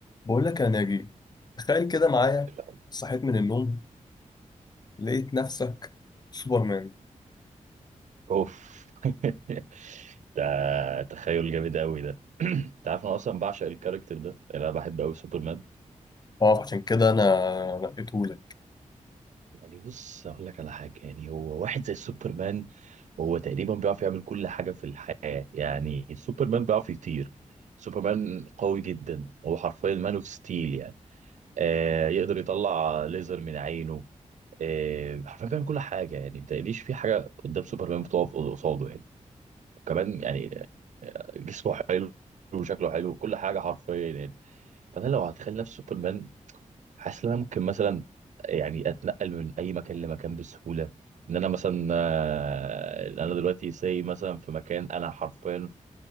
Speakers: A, on the left; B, on the right.
A: بقول لك يا ناجي تخيل كده معايا
B: الأول.
A: صحيت من النوم لقيت نفسك سوبرمان
B: اوف <laughs> ده تخيل جامد قوي ده <clears throat> انت عارف انا اصلا بعشق الكاركتر ده يعني انا بحب قوي سوبرمان
A: اه عشان كده انا نقيته لك
B: يعني بص اقول لك على حاجه يعني هو واحد زي سوبرمان هو تقريبا بيعرف يعمل كل حاجه في الحياه يعني سوبرمان بيعرف يطير سوبرمان قوي جدا هو حرفيا مان اوف ستيل يعني آه يقدر يطلع ليزر من عينه آه حرفيا بيعمل كل حاجه يعني ما تقليش في حاجه قدام سوبرمان بتقف قصاده يعني كمان يعني آه، جسمه حلو وشكله حلو وكل حاجه حرفيا يعني فانا لو هتخيل نفسي سوبرمان حاسس ان انا ممكن مثلا يعني اتنقل من اي مكان لمكان بسهوله ان انا مثلا آه، انا دلوقتي ساي مثلا في مكان انا حرفيا